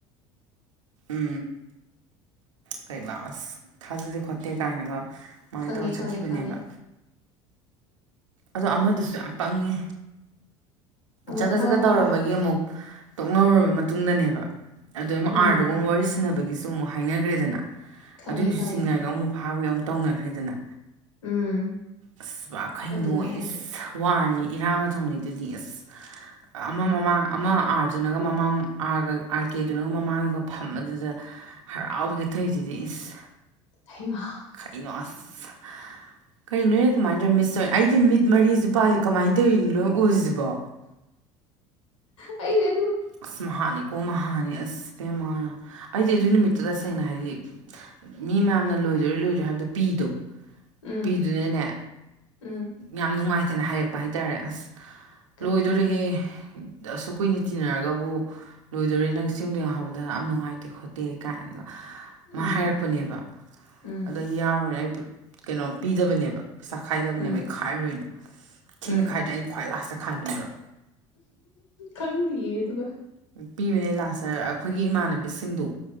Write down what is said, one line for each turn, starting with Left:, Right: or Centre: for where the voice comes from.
Right: ꯎ ꯀꯩ ꯑꯁ ꯊꯥꯖꯗꯦ ꯈꯣꯠꯇꯦ ꯀꯥꯏꯅꯒ ꯁꯨꯃꯥꯏꯅ
Left: ꯈꯪꯉꯦ
Right: ꯇꯧꯔ
Left: ꯈꯪꯉꯦ
Right: ꯆꯠꯈꯤꯕꯅꯦꯕ
Left: ꯈꯪꯉꯦ
Right: ꯑꯗꯣ ꯑꯃꯗꯨꯁꯨ ꯌꯥꯝ ꯄꯪꯉꯤ
Left: ꯑꯃ
Right: ꯆꯀ
Left: ꯍꯣꯏ
Right: ꯒꯠ
Left: ꯍꯣꯏ
Right: ꯇꯧꯔꯝꯕꯒꯤ
Left: ꯍꯣꯏ
Right: ꯑꯃꯨꯛ ꯇꯣꯛꯅꯔꯨꯔꯕ ꯃꯇꯨꯡ ꯇꯨꯡꯗꯅꯦꯕ ꯑꯗꯨꯝ ꯑꯥꯔꯗꯨꯒꯨꯝ
Left: ꯎꯝ
Right: ꯋꯥꯔꯤ ꯁꯤꯟꯅꯕ ꯒꯤꯁꯨ ꯑꯃꯨꯛ ꯍꯥꯏꯅꯈ꯭ꯔꯦꯗꯅ
Left: ꯈꯪꯉꯦ
Right: ꯑꯗꯨꯒꯤꯁꯨ
Left: ꯈꯪꯉꯦ
Right: ꯆꯤꯡꯅꯔꯒ ꯑꯃꯨꯛ ꯐ ꯐꯥꯕꯩ ꯑꯃ ꯇꯧꯅꯈ꯭ꯔꯦꯗꯅ
Left: ꯎꯝ
Right: ꯑꯁꯈꯩꯅꯣꯏ
Left: ꯑꯗꯨꯅꯦ ꯍꯥꯏꯁꯦ
Right: ꯋꯥꯅꯤ ꯏꯔꯥꯡꯅ ꯊ ꯊꯣꯛꯡꯂꯩꯗꯨꯗꯤ ꯑꯁ ꯑꯃ ꯃꯃꯥꯡ ꯑꯃ ꯑꯥꯔꯗꯨꯅꯒ ꯃꯃꯥꯡ ꯑꯥꯒ ꯑꯥꯔ ꯀꯦꯗꯨꯅꯒ ꯃꯃꯥꯡꯒ ꯐ ꯑꯗꯨꯗ ꯍꯔꯥꯎꯕꯒꯤ ꯊꯧꯏꯗꯨꯗꯤ ꯏꯁ
Left: ꯑꯩꯃ
Right: ꯀꯩꯅꯣ ꯑꯁ ꯀꯔꯤ ꯅꯣꯏꯅꯦ ꯀꯃꯥꯏꯅ ꯇꯧꯔꯤꯣ ꯃꯤꯁ ꯇꯧ ꯑꯩꯗꯤ ꯃꯤꯠ ꯃꯔꯤꯁꯤ ꯄꯥꯜꯂꯤ ꯀꯃꯥꯏꯅ ꯇꯧꯔꯤꯅꯣ ꯂꯣꯏ ꯎꯁꯤꯕꯣ
Left: ꯑꯩꯗ
Right: ꯑꯁ ꯃꯍꯍꯥꯅꯤ ꯀꯣ ꯃꯍꯍꯥꯅꯤ ꯑꯁ ꯦꯝꯃ ꯑꯩꯗꯤ ꯑꯗꯨꯏ ꯅꯨꯃꯤꯠꯇꯨ ꯇꯁꯦꯡꯅ ꯍꯥꯏꯗꯤ ꯃꯤ ꯃꯌꯥꯝꯅ ꯂꯣꯏꯗꯣꯏꯔꯣꯏ ꯂꯣꯏꯗꯣꯏꯔꯣꯏ ꯍꯥꯏꯕꯗꯣ ꯄꯤꯗꯣ
Left: ꯎꯝ
Right: ꯄꯤꯗꯨꯅꯅꯦ
Left: ꯎꯝ
Right: ꯌꯥꯝ ꯅꯨꯡꯉꯥꯏꯇꯦ ꯐꯅ ꯍꯥꯏꯔꯛꯄ ꯍꯥꯏꯇꯥꯔꯦ ꯑꯁ
Left: ꯀꯩ
Right: ꯂꯣꯏꯗꯣꯔꯍꯦ
Left: ꯍꯥꯏꯅꯣ
Right: ꯑꯁꯨ ꯀꯨꯏꯅ ꯇꯤꯟꯅꯔꯒꯕꯨ ꯂꯣꯏꯗꯣꯔꯦ ꯅꯪ ꯁꯤꯨꯝꯗꯣꯏꯅꯣ ꯍꯥꯏꯕꯗ ꯌꯥꯝ ꯅꯨꯡꯉꯥꯏꯇꯦ ꯈꯣꯠꯇꯦ ꯀꯥꯏꯅꯒ ꯃꯥ
Left: ꯎꯝ
Right: ꯍꯥꯏꯔꯛꯄꯅꯦꯕ
Left: ꯎꯝ
Right: ꯑꯗꯨꯗ ꯑꯩ ꯌꯥꯎꯔꯦ ꯑꯩ ꯀꯩꯅꯣ ꯄꯤꯗꯕꯅꯦꯕ ꯄꯩ ꯆꯥꯈꯥꯏꯗꯕꯅꯦ
Left: ꯎꯝ
Right: ꯃꯩ ꯈꯥꯏꯔꯨꯣꯏꯅ ꯊꯦꯡꯅ
Left: ꯎꯝ
Right: ꯈꯥꯏꯗꯅ ꯑꯩꯩꯅ ꯈ꯭ꯋꯥꯏ ꯂꯥꯁ ꯆꯦ ꯈꯥꯏꯕꯅꯦꯕ
Left: ꯈꯪꯗꯤꯌꯦ ꯑꯗꯨꯒ
Right: ꯄꯤꯕꯅꯦ ꯂꯥꯁꯇ ꯑꯩꯈꯣꯏꯒꯤ ꯏꯃꯥꯟꯅꯕꯤꯁꯤꯡꯗꯨ